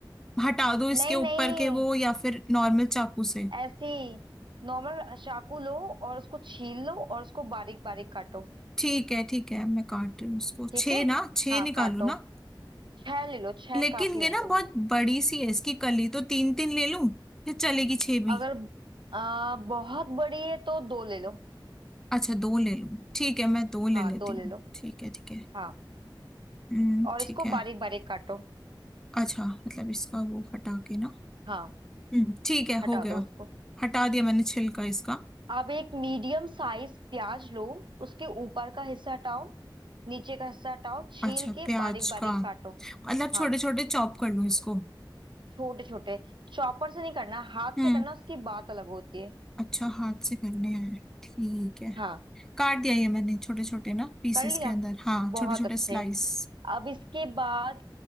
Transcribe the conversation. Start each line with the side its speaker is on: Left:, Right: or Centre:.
Centre: हटा दो इसके
Right: नहीं
Centre: ऊपर
Right: नहीं
Centre: के वो या फिर नॉर्मल चाकू से
Right: ऐसी नॉर्मल चाकू लो और उसको छील लो और उसको बारीक बारीक काटो
Centre: ठीक है ठीक है मैं काट रही हूँ इसको
Right: ठीक
Centre: छह
Right: है
Centre: ना छह
Right: हाँ
Centre: निकालू
Right: काटो
Centre: ना
Right: छह ले लो छह
Centre: लेकिन
Right: काफी होंगे
Centre: ये ना बहुत बड़ी सी है इसकी कली तो तीन तीन ले लूं या चलेगी छह भी
Right: अगर आ, बहुत बड़ी है तो दो ले लो
Centre: अच्छा दो ले लूं ठीक है मैं दो ले
Right: हाँ
Centre: लेती
Right: दो
Centre: हूँ
Right: ले लो
Centre: ठीक है ठीक है
Right: हाँ
Centre: हम्म
Right: और
Centre: ठीक
Right: इसको
Centre: है
Right: बारीक बारीक काटो
Centre: अच्छा मतलब इसका वो हटा के ना
Right: हाँ
Centre: हम्म ठीक है
Right: हटा
Centre: हो गया
Right: दो उसको
Centre: हटा दिया मैंने छिलका इसका
Right: अब एक मीडियम साइज प्याज लो उसके ऊपर का हिस्सा हटाओ नीचे का हिस्सा हटाओ छील
Centre: अच्छा
Right: के
Centre: प्याज
Right: बारीक बारीक
Centre: का
Right: काटो
Centre: मतलब
Right: हाँ
Centre: छोटे छोटे चॉप कर लूँ इसको
Right: छोटे छोटे चॉपर से नहीं करना हाथ
Centre: हम्म
Right: से करना उसकी बात अलग होती है
Centre: अच्छा हाथ से करने हैं ठीक है
Right: हाँ
Centre: काट दिया ये मैंने छोटे छोटे ना पीसेस
Right: कर लिया
Centre: के अंदर हाँ
Right: बहुत
Centre: छोटे छोटे
Right: अच्छे
Centre: स्लाइस
Right: अब इसके बाद